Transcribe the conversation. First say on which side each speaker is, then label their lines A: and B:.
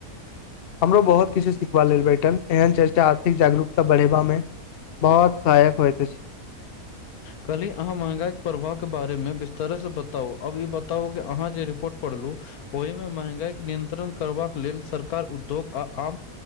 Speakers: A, on the left (about 55°); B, on the left (about 75°).
A: हमरो बहुत किछु सिखबा लेल बैठल एहन चर्चा आर्थिक जागरूकता बढ़ेबा मे बहुत सहायक होत अछ
B: कहली अहाँ महँगाईके प्रवाहके बारेमे विस्तर से बताउ आब ई बताउ कि अहाँ जे रिपोर्ट पढ़लू ओहिमे महंगाई नियंत्रण करबाक लेल सरकार उद्योग आ आम